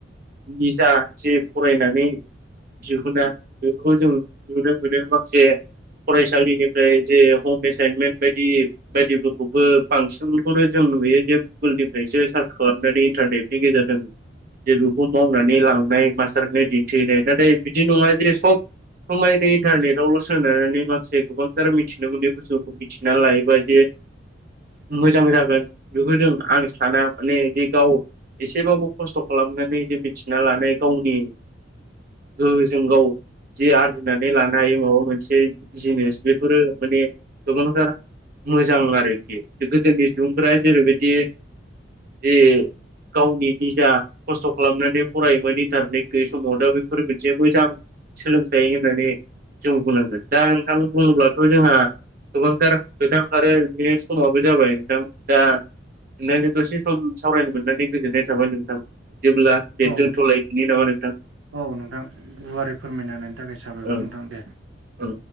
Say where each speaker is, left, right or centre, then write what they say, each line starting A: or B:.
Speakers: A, on the right; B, on the right.
A: निजा जे फरायनानै दिहुना बेफोरखौ जों नुनो मोनो माखासे फरायसालिनिफ्राय जे हम एसाइनमेन्ट बायदि बायदि बेबो बांसिनखौनो जों नुयो जे गुगोलनिफ्रायसो सार्च खालामनानै इन्टारनेटनि गेजेरजों जे बेखौ मावनानै लांनाय मास्टारनाय दिन्थिहनाय नाथाय बिदि नङा जे सब समाय बे इनतारनेदावल सा सोंनानै माखासे गोबांथार मिथिनो मोनै बुस्थुफोरखौ मिथिना लायोबादि मोजां जागोन बेखौ जों आं साना माने बे गाव एसेबाबो खस्थ' खालामनानै जों मिथिना लानाय गावनि ओ जों गाव जि आरजिनानै लानो हायो माबा मोनसे जिनिस बेफोरो माने गोबांथार मोजां आरोखि गोदोनि सुबुंफोरा जेरैबायदि जि गावनि निजा खस्थ' खालामनानै फरायोमोन इन्टारनेट गैयै समाव दा बेफोर मोनसे मोजां। सोलोंथाइ होननानै जों बुंनांगोन दा नोंथां बुङोब्लाथ' जोंहा गोबांथार गोथां आरो बिनि समाबो जाबाय नोंथां दा नोंथांजों दसे सम सावरायनो मोननानै गोजोननाय थाबाय नोंथां देब्ला दे
B: औ
A: दोनथ'लायदि नामा? नोंथां
B: औ नोंथां गुवारै फोरमायना होनायनि थाखाय साबायखर
A: ओं
B: नोंथां दे।
A: ओं।